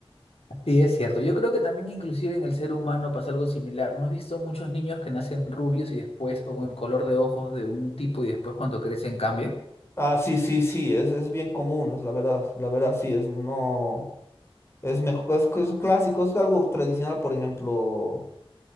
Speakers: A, on the left; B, on the left.
A: Sí, es cierto. Yo creo que también inclusive en el ser humano pasa algo similar. ¿No has visto muchos niños que nacen rubios y después, o con el color de ojos de un tipo y después cuando crecen cambian?
B: Ah, sí, sí, sí, es, es bien común, es la verdad, la verdad, sí, es no, es mejor, es, es clásico, es algo tradicional, por ejemplo,